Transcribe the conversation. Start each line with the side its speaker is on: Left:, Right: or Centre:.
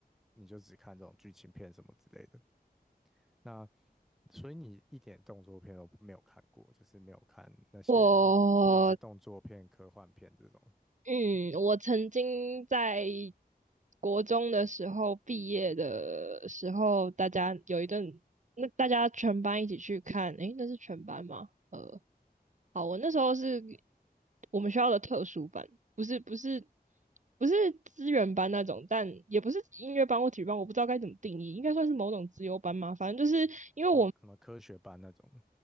Centre: 你就只看这种剧情片什么之类的。那所以你一点动作片都没有看过，就是没有看那些不管是动作片、
Right: 我
Centre: 科幻片这种。
Right: 嗯，我曾经在国中的时候毕业的时候，大家有一顿，那大家全班一起去看，诶，那是全班吗？呃，好，我那时候是我们学校的特殊班，不是不是不是资源班那种，但也不是音乐班或体育班，我不知道该怎么定义，应该算是某种资优班嘛。反正就是因为我
Centre: 你说什么科学班那种的，